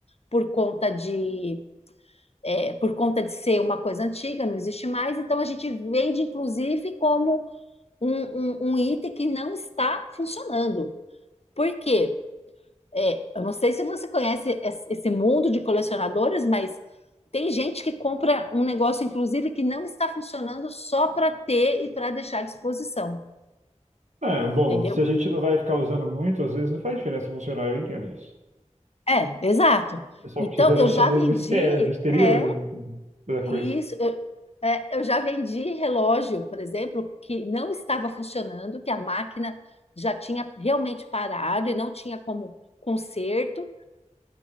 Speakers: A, on the left; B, on the right.
A: por conta de é, por conta de ser uma coisa antiga, não existe mais, então a gente vende, inclusive, como um, um, um item que não está funcionando. Por quê? É, eu não sei se você conhece es- esse mundo de colecionadores, mas tem gente que compra um negócio, inclusive, que não está funcionando só para ter e para deixar à disposição,
B: É, bom,
A: entendeu?
B: se a gente não vai ficar usando muito, às vezes não faz diferença funcionar, eu entendo isso.
A: É, exato.
B: O pessoal
A: Então,
B: precisa
A: eu já
B: só do,
A: vendi,
B: do, exter, do exterior
A: é,
B: do- da coisa.
A: E Isso, eu, é, eu já vendi relógio, por exemplo, que não estava funcionando, que a máquina já tinha realmente parado e não tinha como conserto,